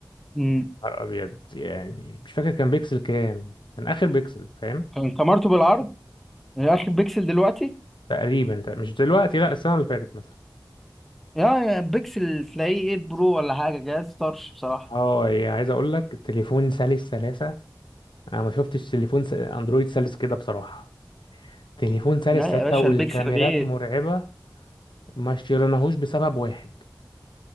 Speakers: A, in the centre; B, on the left.
A: امم
B: نهار ابيض يعني مش فاكر كان بيكسل كام كان اخر بيكسل فاهم
A: كان كمرته بالعرض يعني اخر بيكسل دلوقتي
B: تقريبا مش دلوقتي لا السنه اللي فاتت مثلا
A: يا يا بيكسل تلاقيه 8 برو ولا حاجة جهاز طرش بصراحة
B: اه يعني عايز اقول لك التليفون سلس سلاسه انا ما شفتش تليفون س- اندرويد سلس كده بصراحه تليفون سارس
A: لا
B: ساعتها
A: يا باشا
B: والكاميرات
A: البيكسل غير
B: مرعبة ما اشتريناهوش بسبب واحد